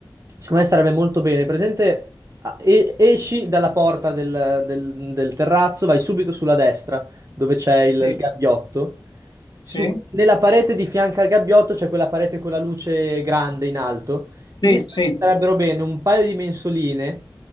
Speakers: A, on the right; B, on the left.
A: secondo me starebbe molto bene. Presente, a- e- esci dalla porta del, del- del terrazzo, vai subito sulla destra, dove c'è il,
B: Sì,
A: il gabbiotto. Su-
B: sì,
A: nella parete di fianco al gabbiotto c'è quella parete con la luce grande in alto.
B: sì,
A: Lì secondo
B: sì.
A: me ci starebbero bene un paio di mensoline